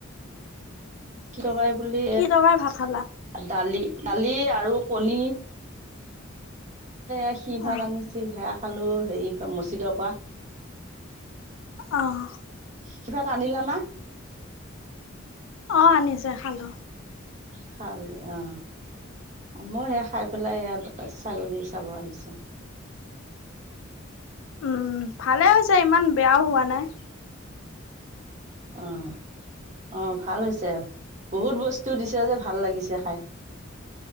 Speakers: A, on the right; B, on the left.
A: কি তৰকাৰী বুলি
B: কি তৰকাৰী ভাত খালা?
A: দালি দালি আৰু কণী। এই সি
B: অ',
A: ভাত আনিছিল সেয়া খালো হেৰি তাৰ মছজিদৰ পৰা।
B: অহ ',
A: পিছত আনিলা না?
B: অহ ', আনিছে খালো।
A: খালি অহ ', মই সেয়া খাই পেলাই এয়া ছাগলী। চাব আহিছোঁ।
B: উম', ভালে হৈছে ইমান বেয়াও হোৱা নাই।
A: অঁহ ',- অঁহ ', ভাল হৈছে বহুত বস্তু দিছে যে ভাল লাগিছে খাই